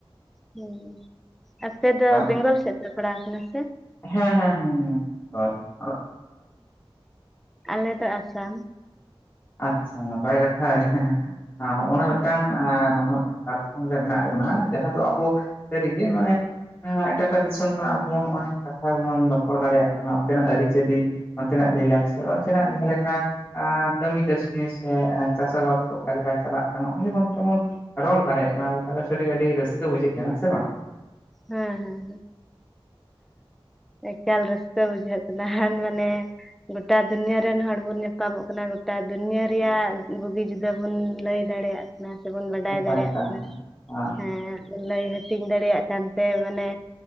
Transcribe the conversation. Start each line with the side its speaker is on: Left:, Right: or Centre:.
Centre: ᱦᱮᱸ ᱟᱯᱮ ᱫᱚ
Left: ᱛᱟᱦᱚᱞᱮ
Centre: ᱵᱮᱝᱜᱚᱞ ᱥᱮᱫ ᱯᱮ ᱯᱟᱲᱟᱣ ᱟᱠᱟᱱᱟ ᱥᱮ?
Left: ᱦᱮᱸ ᱦᱮᱸ ᱦᱮᱸ ᱦᱮ <unintelligible>
Centre: ᱟᱞᱮ ᱫᱚ ᱟᱥᱟᱢ᱾
Left: ᱟᱪᱪᱷᱟ ᱱᱟᱯᱟᱭ ᱠᱟᱛᱷᱟ ᱦᱚ ᱚᱱᱟᱼᱼ ᱢᱤᱫᱴᱟᱝ ᱱᱚᱣᱟ ᱯᱞᱟᱴ ᱯᱷᱚᱢ ᱨᱮ ᱢᱮᱱᱟᱜ ᱵᱚᱱᱟ ᱡᱟᱦᱟᱸ ᱫᱚ ᱟᱵᱚ ᱥᱟᱹᱨᱤ ᱜᱮ ᱢᱟᱱᱮᱼᱼ ᱮᱴᱟᱜ ᱮᱴᱟᱜ ᱫᱤᱥᱚᱢ ᱠᱷᱚᱱᱟᱜ ᱟᱵᱚ ᱦᱚᱸᱜᱼᱚᱭ ᱠᱟᱛᱷᱟ ᱵᱚᱱ ᱨᱚᱯᱚᱲ ᱫᱟᱲᱮᱭᱟᱜ ᱠᱟᱱᱟ, ᱚᱱᱛᱮᱱᱟᱜ ᱟᱹᱨᱤᱪᱟᱹᱞᱤᱼᱼ ᱚᱱᱛᱮᱱᱟᱜ ᱞᱟᱹᱭᱼᱞᱟᱠᱪᱟᱨ ᱚᱱᱛᱮᱱᱟᱜ ᱡᱟᱦᱟᱸ ᱞᱮᱠᱟᱼᱼ ᱟ ᱠᱟᱹᱢᱤ ᱠᱟᱹᱥᱱᱤ ᱥᱮ ᱪᱟᱥ ᱟᱵᱟᱫ ᱚᱠᱟᱞᱮᱠᱟᱭ ᱪᱟᱞᱟᱜ ᱠᱟᱱᱟ <unintelligible> ᱨᱚᱲ ᱫᱟᱲᱮᱭᱟᱜ ᱠᱟᱱᱟ ᱵᱚ ᱛᱟᱦᱚᱞᱮ ᱟᱹᱰᱤ ᱨᱟᱹᱥᱠᱟᱹ ᱵᱩᱡᱷᱟᱹᱜ ᱠᱟᱱᱟ ᱥᱮ ᱵᱟᱝ?
Centre: ᱦᱮᱸ ᱦᱮᱸ ᱦᱮᱸ ᱮᱠᱟᱞ ᱨᱟᱹᱥᱠᱟᱹ ᱵᱩᱡᱷᱟᱹᱜ᱾ ᱱᱟᱦᱟᱱ ᱢᱟᱱᱮᱼᱼ ᱜᱚᱴᱟ ᱫᱩᱱᱭᱟᱹ ᱨᱮᱱ ᱦᱚᱲ ᱵᱚᱱ ᱧᱟᱯᱟᱢᱚᱜ ᱠᱟᱱᱟ ᱜᱚᱴᱟ ᱫᱩᱱᱭᱟᱹ ᱨᱮᱭᱟᱜ ᱵᱩᱜᱤ ᱡᱩᱫᱟᱹ ᱵᱚᱱ ᱞᱟᱹᱭ ᱫᱟᱲᱮᱭᱟᱜᱼᱼ ᱥᱮ ᱵᱚᱱ ᱵᱟᱰᱟᱭ
Left: ᱮᱠᱟᱞ
Centre: ᱫᱟᱲᱮᱭᱟᱜ
Left: ᱮᱠᱟᱞ ᱮᱠᱟᱞ ᱦᱮᱸ
Centre: ᱠᱟᱱᱟ ᱦᱮᱸ ᱞᱟᱹᱭ ᱦᱟᱹᱴᱤᱧ ᱫᱟᱲᱮᱭᱟᱜ ᱠᱟᱱᱛᱮ ᱢᱟᱱᱮᱼᱼ